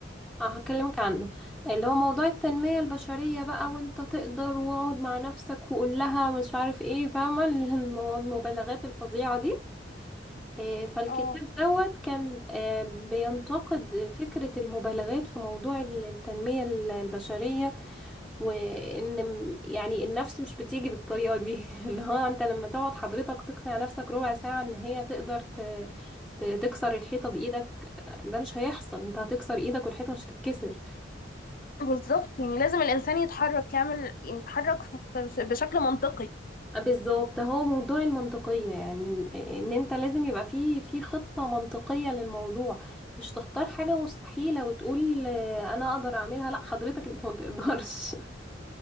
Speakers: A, in the centre; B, on the left (about 50°).
A: اه هكلمك عنه اللي هو موضوع التنمية البشرية بقى وانت تقدر واقعد مع نفسك وقول لها مش عارف ايه فاهمة <laughs> المبالغات الفظيعة دي آه، فالكتاب
B: اه
A: دوت كان آه، بينتقد فكرة المبالغات في موضوع ال- التنمية ال- البشرية وإن م- يعني النفس مش بتيجي بالطريقة دي <laughs> اللي هو أنت لما تقعد حضرتك تقنع نفسك ربع ساعة إن هي تقدر ت- ت- تكسر الحيطة بإيدك ده مش هيحصل أنت هتكسر إيدك والحيطة مش هتتكسر
B: بالظبط يعني لازم الانسان يتحرك يعمل يتحرك ف- ف- بشكل منطقي
A: بالظبط هو موضوع المنطقية يعني م- ان انت لازم يبقى في في خطة منطقية للموضوع مش تختار حاجة مستحيلة وتقول آه، انا اقدر اعملها لا حضرتك انت ما تقدرش